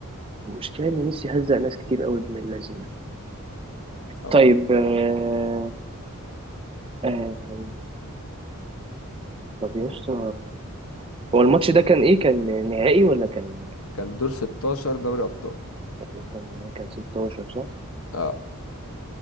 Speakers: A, on the right; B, on the left.
A: المشكله ان ميسي هزق ناس كتير قوي ابن اللذينه
B: اه
A: طيب
B: والله
A: آه... آه... طب يا اسطى هو الماتش ده كان ايه كان نهائي ولا كان
B: كان دور 16 دوري ابطال
A: ولا كان كان 16 صح
B: اه